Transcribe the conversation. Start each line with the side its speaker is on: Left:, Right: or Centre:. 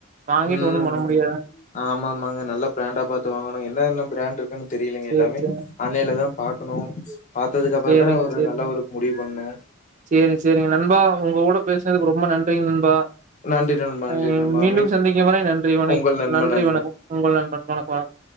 Right: வாங்கிட்டு
Left: ம்
Right: ஒண்ணும் பண்ண முடியாதுங்க.
Left: ஆமாமாங்க நல்ல பிராண்டா பாத்து வாங்கனு என்னன்னம் தெரியலங்க
Right: சேரி
Left: எல்லாமே
Right: சேரிங்க,
Left: ஆன்லைன்ல தா பாக்கணு பாத்ததுக்கு அப்புற
Right: சேரிங்க,
Left: தா ஒரு
Right: சேரிங்க,
Left: நல்ல ஒரு முடிவு பண்ணு
Right: சேரி சேரிங்க நண்பா உங்க கூட பேசுனதுக்கு ரொம்ப நன்றிங்க நண்பா
Left: நன்றி நண்பா, நன்றி
Right: ம்
Left: நண்பா.
Right: மீண்டும் சந்திக்கும் வரை நன்றி வண
Left: உங்கள் நண்பன்
Right: நன்றி
Left: நண்பா.
Right: வணக்கம் உங்கள் நண்பண் வணக்கம் வணக்கம்